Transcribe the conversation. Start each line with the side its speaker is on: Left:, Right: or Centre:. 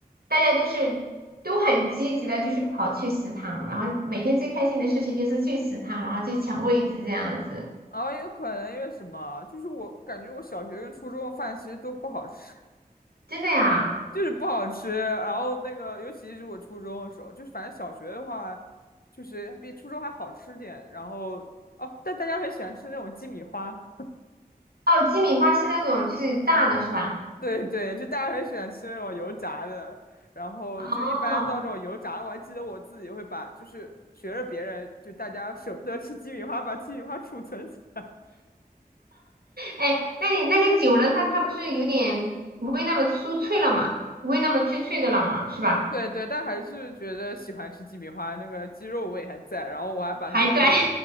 Right: 大家都是都很积极的，就是跑去食堂，然后每天最开心的事情就是去食堂，然后去抢位置这样子，
Left: 然后也有可能因为什么，就是我感觉我小学跟初中的饭其实都不好吃，<laughs>
Right: 真的呀。
Left: 就是不好吃。然后那个，尤其是我初中的时候，就是反正小学的话，就是比初中还好吃点，然后。哦，但大家很喜欢吃那种鸡米花。
Right: 哦，鸡米花是那种就是炸的，是吧？
Left: 对对，就大家很喜欢吃那种油炸的，然后就一般到这种油炸的，
Right: 哦，
Left: 我还记得我自己会把，就是学着别人，就大家舍不得吃鸡米花，把鸡米花储存起来。
Right: 哎，那你那个久了，它它不是有点不会那么酥脆了嘛？不会那么脆脆的了嘛？是吧？
Left: 对对，但还是觉得喜欢吃鸡米花，那个鸡肉味还在，然后我还把它，
Right: 还在，
Left: 比如说，